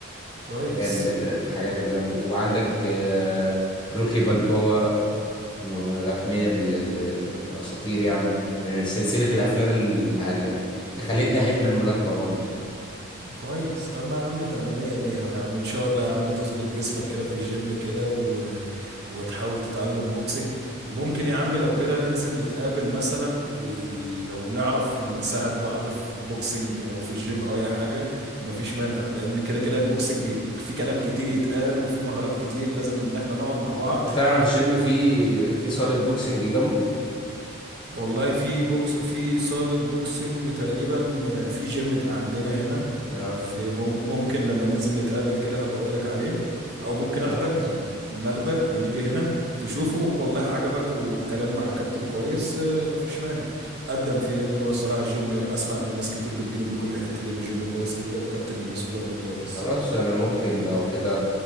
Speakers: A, on the right (about 50°); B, on the left (about 25°).
A: كويس
B: هي ال- ال- الحاجات اللي أنا... وعندك آه، روكي بالبوا من الملاكمين ال- ال- الاساطير يعني من سلسلة الافلام ال- ال- اللي خلتني احب الملاكمة برضه
A: كويس طب ما يا عم طب ما مية مية اهو يا عم ان شاء الله يا عم تظبط جسمك كده في الجيم كده و... وتحاول تتعلم بوكسنج وممكن يا عم لو كده ننزل نتقابل مثلا ولو نعرف نساعد بعض في بوكسنج او في الجيم او اي حاجة مفيش مانع لان كده كده البوكسنج في كلام كتير يتقال وفي مهارات كتير لازم ان احنا نقعد مع بعض
B: انت تعرف جيم فيه في صالة بوكسنج جنبه
A: والله في بوكس في صالة بوكسنج تقريبا آه، في جيم عندنا هنا
B: اه
A: في مم- ممكن لما ننزل نتقابل كده هبقى اقول لك عليه او ممكن
B: خلاص
A: اخدك ناخدك ونيجي هنا تشوفه والله عجبك والكلام مع الكابتن كويس آه، مفيش مانع قدم فيه لان هو الصراحة الجيم اسمع انه ناس كتير بتجيله من كل حتة لانه جيم كويس جدا والكابتن اللي ماسكه برضه كويس
B: خلاص انا ممكن لو كده